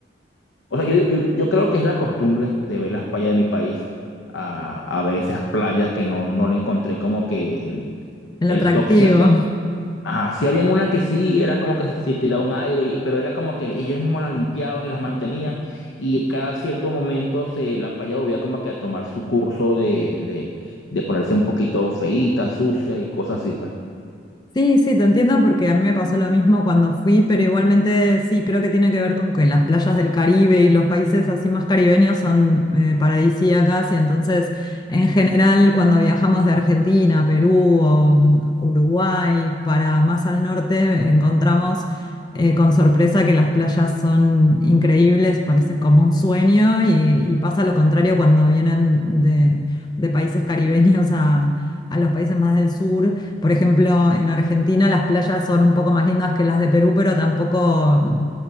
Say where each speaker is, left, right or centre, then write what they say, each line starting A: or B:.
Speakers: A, on the left (about 85°); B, on the left (about 25°).
A: o sea, yo, yo, yo creo que es la costumbre de ver las playas de mi país, a, a ver esas playas que no, no le encontré como que el,
B: El
A: el
B: atractivo.
A: top. Sí había,
B: <laughs>
A: ajá, sí habían unas que sí, era como que se tiraba un aire, y- pero era como que ellos mismos las limpiaban y las mantenían, y cada cierto momento se, la playa volvía como que a tomar su curso de, de, de ponerse un poquito feíta, sucia y cosas así, pues.
B: Sí, sí, te entiendo porque a mí me pasó lo mismo cuando fui, pero igualmente sí, creo que tiene que ver con que las playas del Caribe y los países así más caribeños son eh, paradisíacas y entonces en general cuando viajamos de Argentina, Perú o mm, Uruguay para más al norte encontramos eh, con sorpresa que las playas son increíbles, parece como un sueño y, y pasa lo contrario cuando vienen de, de países caribeños a a los países más del sur por ejemplo, en Argentina las playas son un poco más lindas que las de Perú, pero tampoco mm,